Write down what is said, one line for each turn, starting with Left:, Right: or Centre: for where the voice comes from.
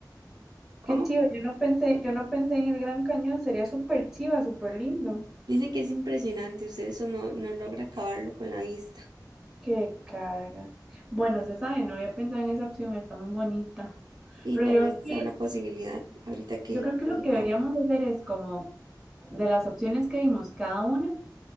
Right: ¿Cómo?
Centre: Qué chido, yo no pensé, yo no pensé en el Gran Cañón, sería súper chiva, súper lindo.
Right: Dicen que es impresionante. Usted eso no, no logra acabarlo con la vista.
Centre: Qué carga. Bueno, se sabe, no había pensado en esa opción, está muy bonita.
Right: Y
Centre: Pero
Right: tal
Centre: yo
Right: vez
Centre: creo
Right: sea
Centre: que,
Right: una posibilidad ahorita que
Centre: yo creo que lo
Right: que llegamos.
Centre: que deberíamos hacer es como de las opciones que vimos cada una,